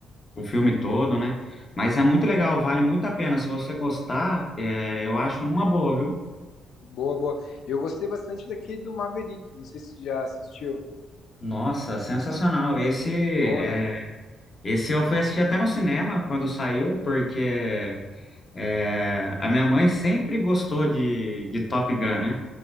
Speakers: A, on the left (about 35°); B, on the left (about 75°).
A: o filme todo, né? Mas
B: Uhum.
A: é muito legal, vale muito a pena. Se você gostar, é, eu acho uma boa, viu?
B: Boa, boa. Eu gostei bastante daquele do Maverick. Não sei se você já assistiu.
A: Nossa, sensacional. Esse,
B: Bom,
A: é,
B: né?
A: esse eu fui assistir até no cinema quando saiu, porque é, a minha mãe sempre gostou de, de Top Gun, né?